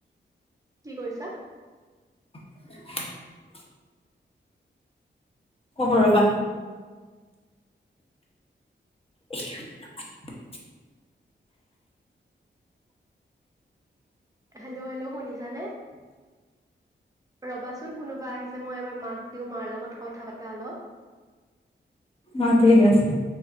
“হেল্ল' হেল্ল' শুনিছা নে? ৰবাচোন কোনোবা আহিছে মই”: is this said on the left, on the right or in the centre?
Right